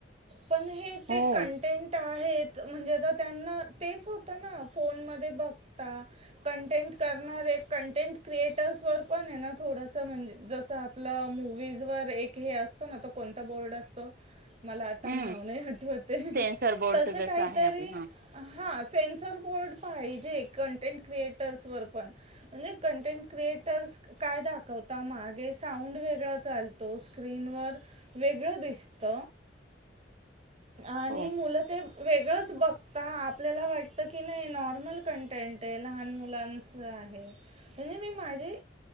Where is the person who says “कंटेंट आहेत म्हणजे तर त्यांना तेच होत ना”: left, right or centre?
Right